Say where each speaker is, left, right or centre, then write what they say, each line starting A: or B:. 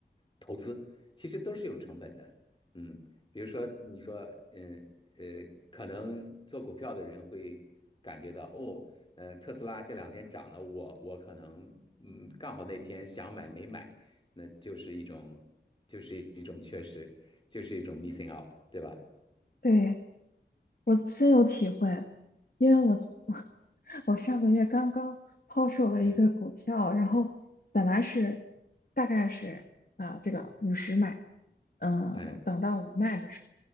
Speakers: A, on the left (about 25°); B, on the left (about 55°).
A: 投资，其实都是有成本的。嗯，比如说，你说，嗯呃，可能做股票的人会感觉到，哦，呃，特斯拉这两天涨了，我我可能，嗯，刚好那天想买没买，那就是一种，就是一种缺失，就是一种 missing out，对吧？
B: 对，我深有体会，因为我 <laughs> 我上个月刚刚抛售了一个股票，
A: 嗯
B: 然后本来是大概是啊、这个五十买，嗯、
A: 嗯
B: 等到我卖的时候，